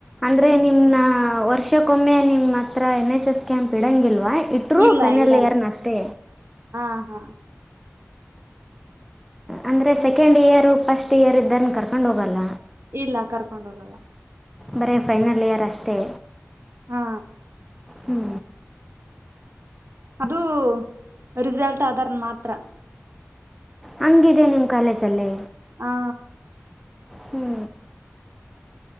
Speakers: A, in the centre; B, on the right (about 60°).
A: ಅಂದ್ರೆ ನಿಮನಾ ವರ್ಷ. ಇಷ್ಟಕ್ಕೊಮ್ಮೆ ನಿಮ್ಮ ಹತ್ರ ಎನ್ ಎಸ್ ಎಸ್ ಕ್ಯಾಂಪ್ ಇಡೋಂಗಿಲ್ವಾ ಇಟ್ಟರೂ
B: ಇಲ್ಲ
A: ಫೈನಲ್
B: ಇಡಲ್ಲ
A: ಇಯರ್ನ ಅಷ್ಟೇ
B: ಹಾ ಹಾ
A: ಅಂದ್ರೆ ಸೆಕೆಂಡ್ ಇಯರ್ ಫಸ್ಟ್ ಇಯರ್ ಇದ್ದಾರ ಕರ್ಕೊಂಡ್ ಹೋಗಲ್ಲ
B: ಇಲ್ಲ ಕರ್ಕೊಂಡ ಹೋಗಲ್ಲ
A: ಬರೇ ಫೈನಲ್ ಇಯರ್ ಅಷ್ಟೇ
B: ಹಾ
A: ಹ್ಞೂ
B: ಅದುೂ ರಿಸಲ್ಟ್ ಆದಾರ್ ಮಾತ್ರ
A: ಹಂಗಿದೆ ನಿಮ್ಮ ಕಾಲೇಜಲ್ಲಿ
B: ಹಾ
A: ಹ್ಞೂ